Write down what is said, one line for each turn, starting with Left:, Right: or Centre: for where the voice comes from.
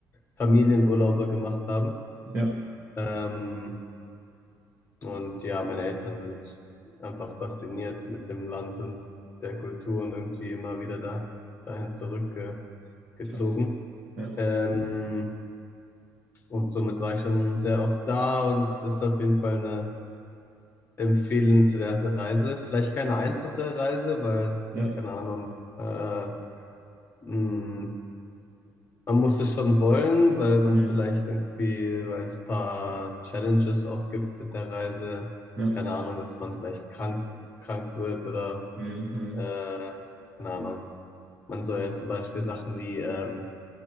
Left: Familienurlaube gemacht haben.
Right: Ja,
Left: Ähm, Und ja, meine Eltern sind einfach fasziniert mit dem Land und der Kultur und irgendwie immer wieder da, dahin zurückgezogen.
Right: krass. ja.
Left: Ähm, und somit war ich schon sehr oft da und ist auf jeden Fall eine empfehlenswerte Reise. Vielleicht keine einfache Reise, weil es,
Right: Ja.
Left: keine Ahnung, äh, mh, man muss es schon wollen, weil man
Right: Mhm.
Left: vielleicht irgendwie, weil es ein paar Challenges auch gibt mit der Reise,
Right: Ja.
Left: keine Ahnung, dass man vielleicht krank, krank wird oder
Right: Mhm. Mhm.
Left: äh, keine Ahnung. Man soll ja zum Beispiel Sachen wie ähm,